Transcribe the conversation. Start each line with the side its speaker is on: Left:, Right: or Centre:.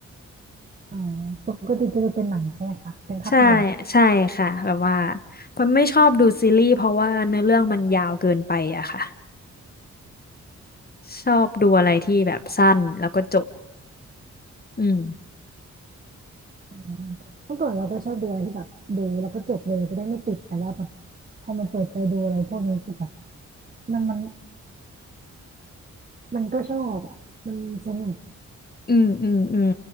Right: อ่าปกติจะดูเป็นหนังใช่ไหมคะเป็นภาพยนตร์
Left: ใช่ใช่ค่ะแบบว่าผมไม่ชอบดูซีรีส์เพราะว่าเนื้อเรื่องมันยาวเกินไปอะค่ะชอบดูอะไรที่แบบสั้นแล้วก็จบอืม
Right: อืมเมื่อก่อนเราก็ชอบดูอะไรที่แบบดูแล้วก็จบเลยจะได้ไม่ติดแต่ว่าแบบพอมาเปิดใจดูอะไรพวกนี้คือแบบมันมันมันก็ชอบอ่ะมันสนุก
Left: อืมอืมอืม